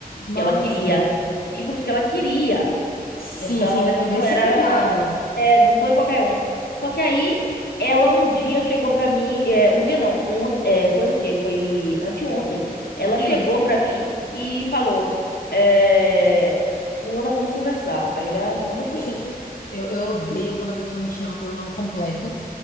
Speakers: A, on the left (about 65°); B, on the left (about 85°).
A: Massa.
B: que ela queria, livros que ela queria.
A: Sim,
B: Então,
A: você ainda teve
B: não
A: esse
B: era,
A: cuidado.
B: é, não foi qualquer um. Só que aí ela um dia chegou pra mim, é, um dia não, um, é, foi o quê? Foi anteontem. Ela
A: Hum,
B: chegou pra mim e falou, é, Luana, vamos conversar. Aí eu já, já não gostei.
A: oxente, eu, eu odeio quando a pessoa me chama pelo nome completo.